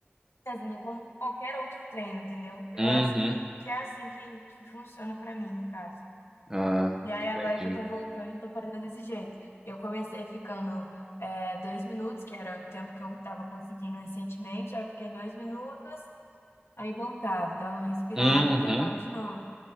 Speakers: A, on the left (about 80°); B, on the right (about 15°).
A: mesmo como qualquer outro treino, entendeu? Eu
B: uhum.
A: acho que, que é assim que, que funciona pra mim, no caso.
B: Ah,
A: E aí,
B: entendi.
A: agora que eu tô voltando, eu tô fazendo desse jeito. Eu comecei ficando é, dois minutos, que era o tempo que eu tava conseguindo recentemente. Aí eu fiquei dois minutos, aí voltava, dava uma respirada,
B: Uhum.
A: tentava de novo.